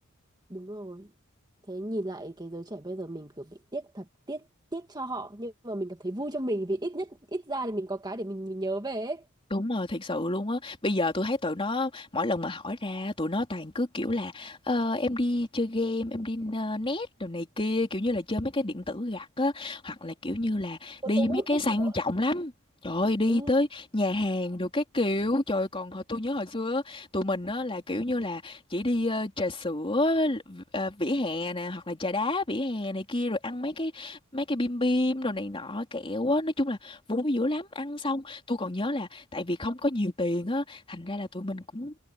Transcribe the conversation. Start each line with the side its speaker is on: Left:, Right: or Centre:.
Right: đúng rồi thế nhìn lại cái giới trẻ bây giờ mình kiểu bị tiếc thật tiếc tiếc cho họ nhưng mà mình cảm thấy vui cho mình vì ít nhất ít ra thì mình có cái để mình, mình nhớ về ấy.
Left: Đúng rồi, thiệt sự luôn á. Bây giờ tôi thấy tụi nó mỗi lần mà hỏi ra tụi nó toàn cứ kiểu là ờ, em đi chơi game, em đi ờ, net đồ này kia, kiểu như là chơi mấy cái điện tử gặt á, hoặc là kiểu như là
Right: Cô
Left: đi
Right: Tô
Left: mấy
Right: Út
Left: cái
Right: các
Left: sang
Right: kiểu
Left: trọng lắm. Trời ơi, đi
Right: ừ
Left: tới nhà hàng đồ cái kiểu. Trời ơi, còn hồi tôi nhớ hồi xưa á, tụi mình á là kiểu như là chỉ đi ờ, trà sữa ờ, vỉa hè nè hoặc là trà đá vỉa hè này kia rồi ăn mấy cái mấy cái bim bim đồ này nọ kẹo á, nói chung là vui dữ lắm. Ăn xong tôi còn nhớ là tại vì không có nhiều tiền á thành ra là tụi mình cũng